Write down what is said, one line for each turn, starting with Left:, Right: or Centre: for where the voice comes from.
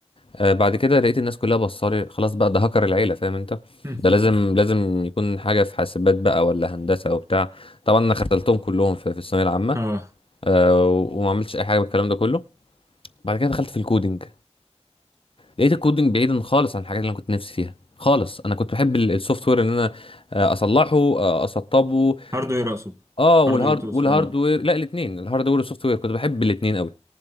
Left: آه بعد كده لقيت الناس كلها بصالي خلاص بقى ده هكر العيلة فاهم انت
Right: <laughs>
Left: ده لازم لازم يكون حاجة في حاسبات بقى ولا هندسة وبتاع طبعا انا خذلتهم كلهم في في الثانوية العامة
Right: اه
Left: آه، وما عملتش اي حاجه من الكلام ده كله بعد كده دخلت في الكودينج لقيت الكودينج بعيدا خالص عن الحاجات اللي انا كنت نفسي فيها خالص انا كنت بحب السوفت وير ان انا آه، اصلحه آه، اسطبه
Right: هاردوير اقصد
Left: اه والهارد
Right: هاردوير تقصد
Left: والهاردوير
Right: اه
Left: لا الاثنين الهاردوير والسوفت وير كنت بحب الاثنين قوي